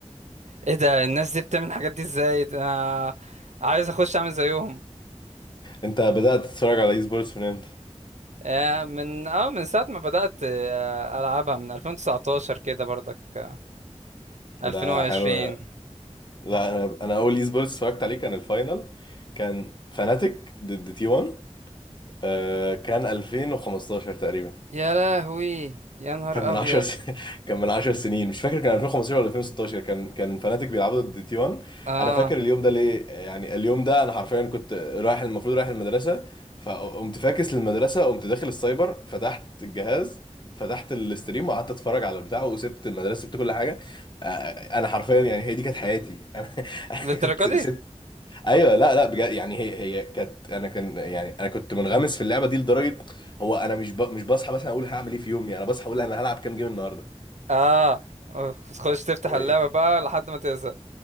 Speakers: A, on the right; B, on the left.
A: ايه ده الناس دي بتعمل الحاجات دي ازاي ده انا عايز اخش اعمل زيهم
B: انت بدأت تتفرج على اي سبورتس من امتى
A: آه، من اه من ساعة ما بدأت آه، العبها من 2019 كده برضك آه، 2020
B: ده حلو لا انا انا اول اي سبورتس اتفرجت عليه كان الفاينل كان فاناتيك ضد تي 1 آه، كان 2015 تقريبا
A: يا لهوي يا نهار
B: كان من
A: ابيض
B: 10 سنين <laughs> كان من 10 سنين مش فاكر كان 2015 ولا 2016 كان كان فناتيك بيلعبوا ضد تي 1
A: اه
B: انا فاكر اليوم ده ليه يعني اليوم ده انا حرفيا كنت رايح المفروض رايح المدرسه فقمت فاكس للمدرسه قمت داخل السايبر فتحت الجهاز فتحت الاستريم وقعدت اتفرج على البتاع وسبت المدرسه سبت كل حاجه آه، انا حرفيا يعني هي دي كانت حياتي <laughs> انا أنا
A: للدرجة
B: كنت
A: دي
B: سبت ايوه لا لا بجد يعني هي هي كانت انا كان يعني انا كنت منغمس في اللعبه دي لدرجه هو انا مش ب... مش بصحى مثلا اقول هعمل ايه في يومي انا بصحى اقول انا هلعب كام جيم النهارده
A: اه تخش تفتح
B: <laughs>
A: اللعبة بقى لحد ما تزهق